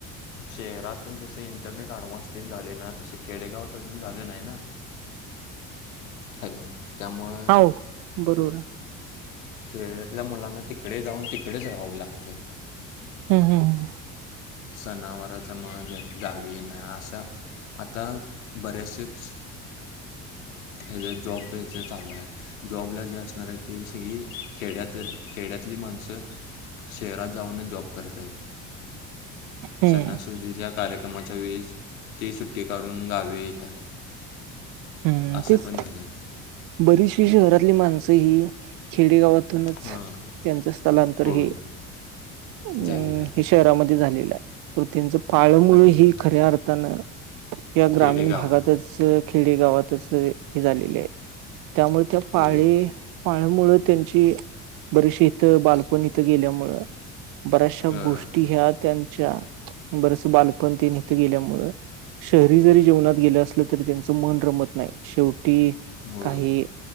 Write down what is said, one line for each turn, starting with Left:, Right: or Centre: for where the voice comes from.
Left: शहरात जस इंटरनेट अडव्हान्स तेन झालंय ना तसं खेडेगावात अजून झालं नाही ना. हॅलो त्यामुळं
Right: हाव बरोबर आहे.
Left: खेड्यातल्या मुलांना तिकडे जाऊन तिकडेच राहावं लागतंय.
Right: हम्म हम्म हम
Left: सणावाराचं मग घ गावी येनार असं आता बरेचसेच हेज्यातं जॉब द्यायचं चालू आहं. जॉबला जे असणार आहेत ते सगळी खेड्यात खेड्यातली माणसं शहरात जाऊनच जॉब करत आहेत.
Right: हम्म
Left: सणासुदीच्या कार्यक्रमाच्या वेळेस ती सुट्टी काढून गावी येतात.
Right: हम्म
Left: असं
Right: तेच
Left: पण झालं
Right: बरीचशी शहरातली माणसं सगळी खेडेगावातूनच
Left: हां
Right: त्यांचं स्थलांतर
Left: होय
Right: हे. हम्
Left: झालेलं आहे
Right: हे शहरामध्ये झालेलं आहं. परत त्यांचं पाळमुळं
Left: आणि
Right: ही खऱ्या अर्थानं या ग्रामीण
Left: खेडेगाव
Right: भागातच ख खेडेगावातच हे झालेले आहेत त्यामुळे त्या
Left: होय
Right: पाळी पाळमुळं त्यांची बरेचसे इथं बालपण हितं गेल्यामुळं बऱ्याचशा
Left: होय
Right: गोष्टी ह्या त्यांच्या बरचस बालपणतेण इथं गेल्यामुळं शहरी जरी जिवनात गेलं असलं तरी त्यांचं मन रमत नाही शेवटी
Left: होय
Right: काही